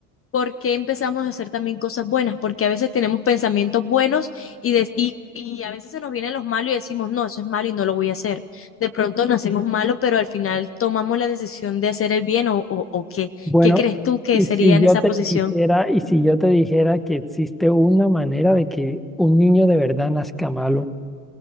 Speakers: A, on the left; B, in the centre.
A: ¿por qué empezamos a hacer también cosas buenas? Porque a veces tenemos pensamientos buenos y, des- y, y a veces se nos vienen los malos y decimos, no, eso es malo y no lo voy a hacer. De pronto nacemos malos, pero al final tomamos la decisión de hacer el bien o, o, o qué.
B: bueno,
A: ¿Qué crees tú que
B: y
A: sería
B: si
A: en
B: yo
A: esa
B: te
A: posición?
B: dijera, y si yo te dijera que existe una manera de que un niño de verdad nazca malo,